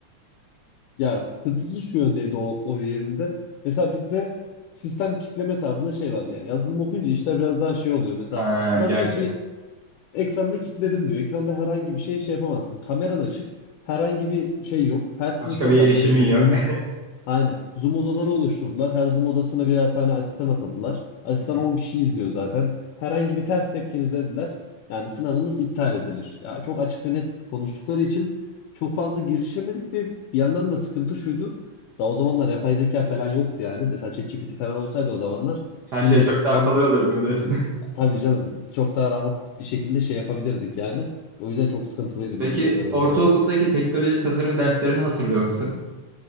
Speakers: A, on the left; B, on the right.
A: Ya sıkıntısı şu yöndeydi o, o yerinde. Mesela bizde sistem kitleme tarzında şey var. Yani yazılım okuyunca işler biraz daha şey oluyor. Mesela
B: Ha,
A: adam
B: gerçi.
A: diyor ki ekranını kitledim diyor. Ekranda herhangi bir şey şey yapamazsın. Kameran açık. Herhangi bir şey yok. Her sınıfa
B: Başka bir
A: zaten
B: erişimin
A: böyle
B: yok.
A: zoom
B: <laughs>
A: Aynen. Zoom odaları oluşturdular. Her Zoom odasına birer tane asistan atadılar. Asistan
B: Hı hı.
A: 10 kişi izliyor zaten. Herhangi bir ters tepkiniz dediler. Yani sınavınız iptal edilir. Ya çok açık ve net konuştukları için çok fazla girişemedik ve bir yandan da sıkıntı şuydu. Daha o zamanlar yapay zeka falan yoktu yani. Mesela ChatGPT falan olsaydı o zamanlar
B: Her
A: yine
B: şey çok daha
A: yam
B: kolay olurdu mu diyorsun?
A: tabii canım çok daha rahat bir şekilde şey yapabilirdik yani. O yüzden çok sıkıntılıydı
B: <laughs> Peki
A: bizim o dönem
B: ortaokuldaki
A: yani.
B: teknoloji tasarım derslerini hatırlıyor musun?